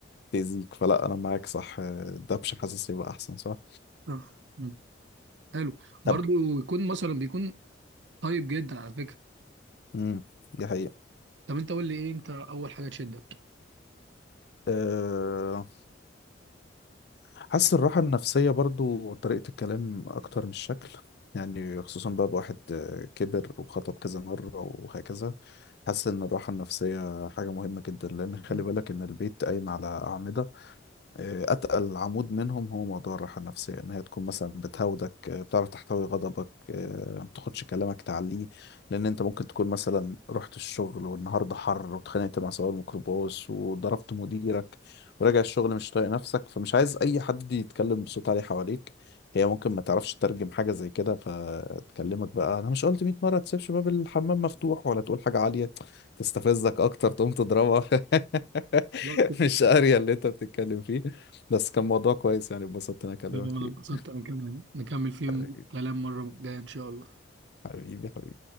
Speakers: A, on the left; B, on the right.
A: تأذيك فلا انا معاك صح آه، الدبش حاسس يبقى احسن صح
B: آه. مم. حلو برضو
A: طب
B: يكون مثلا بيكون طيب جدا على فكرة
A: امم دي حقيقة
B: طب أنت قول لي إيه أنت أول حاجة تشدك
A: أه، حاسس الراحة النفسية برضو طريقة الكلام أكتر من الشكل يعني خصوصا بقى بواحد آه، كبر وخطب كذا مرة وهكذا حاسس إن الراحة النفسية حاجة مهمة جدا لأن خلي
B: مم. مم.
A: بالك إن البيت قايم على أعمدة آه، اتقل عمود منهم هو موضوع الراحه النفسيه ان هي تكون مثلا بتهودك آه، بتعرف تحتوي غضبك آه، ما تاخدش كلامك تعليه لان انت ممكن تكون مثلا رحت الشغل والنهارده حر واتخانقت مع سواق الميكروباص وضربت مديرك وراجع الشغل مش طايق نفسك فمش عايز اي حد يتكلم بصوت عالي حواليك هي ممكن ما تعرفش تترجم حاجه زي كده فتكلمك بقى انا مش قلت 100 مره تسيبش باب الحمام مفتوح ولا تقول حاجه عاليه تستفزك اكتر تقوم تضربها <laughs>
B: <laughs>
A: مش قاريه اللي انت بتتكلم فيه بس كان موضوع كويس يعني اتبسطت إن انا اكلمك
B: حلو،
A: فيه
B: انا اتبسطت انا كمان نكمل فيه
A: حبيبي
B: كلام مرة جاية ان شاء الله
A: حبيبي